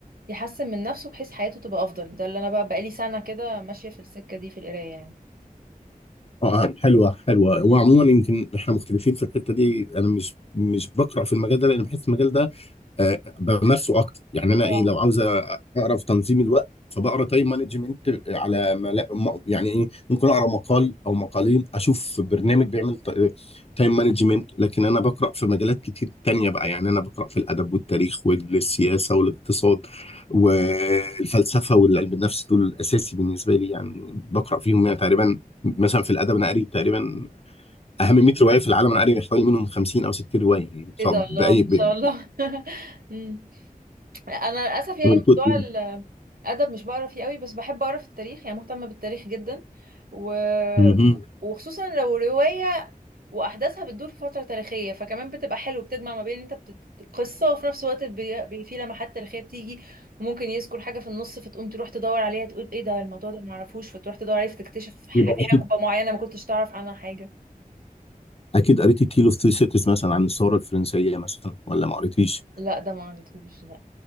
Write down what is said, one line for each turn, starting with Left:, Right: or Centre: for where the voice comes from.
Right: يحسن من نفسه بحيث حياته تبقى أفضل ده اللي أنا بقى بقالي سنة كده ماشية في السكة دي في القراية يعني
Left: اه حلوه حلوه وعموما يمكن احنا مختلفين في الحته دي انا مش مش بقرا في المجال ده لان بحس المجال ده آه، بمارسه اكتر يعني انا
Right: اه
Left: ايه لو عاوز اقرا في تنظيم الوقت فبقرا تايم مانجمنت على ملا... م- يعني ايه ممكن اقرا مقال او مقالين اشوف برنامج بيعمل تايم مانجمنت لكن انا بقرا في مجالات كتير تانية بقى يعني انا بقرا في الادب والتاريخ والسياسه والاقتصاد والفلسفه والعلم النفس دول الاساسي بالنسبه لي يعني بقرا فيهم يعني تقريبا مثلا في الادب انا قاري تقريبا اهم 100 روايه في العالم انا قاري حوالي منهم 50 او 60 روايه يعني سواء
Right: ايه ده
Left: باي
Right: الله ما
Left: ب-
Right: شاء الله <laughs> مم. انا للاسف يعني
Left: ب-
Right: موضوع الادب مش بقرا فيه قوي بس بحب اقرا في التاريخ يعني مهتمه بالتاريخ جدا و...
Left: مهم.
Right: وخصوصا لو روايه واحداثها بتدور في فتره تاريخيه فكمان بتبقى حلو بتجمع ما بين انت بت... قصه وفي نفس الوقت بي... بي... في لمحات تاريخيه بتيجي وممكن يذكر حاجه في النص فتقوم تروح تدور عليها تقول ايه ده الموضوع ده ما اعرفوش فتروح تدور عليه فتكتشف ح-
Left: يبقى
Right: حقبه
Left: اكيد
Right: معينه ما كنتش تعرف عنها حاجه
Left: اكيد قريتي تيل اوف تو سيتيز مثلا عن الثوره الفرنسيه مثلا ولا ما قريتيش؟
Right: لا ده ما قريتهوش